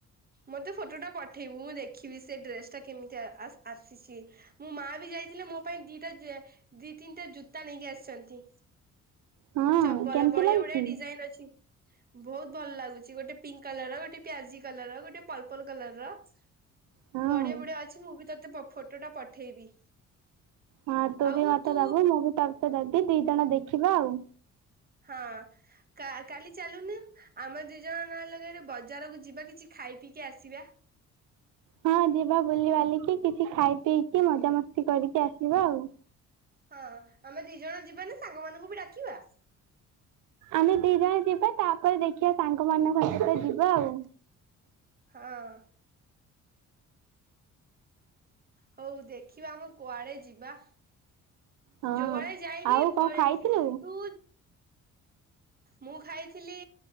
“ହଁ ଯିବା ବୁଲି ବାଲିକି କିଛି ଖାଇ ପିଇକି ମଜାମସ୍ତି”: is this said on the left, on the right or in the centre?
Right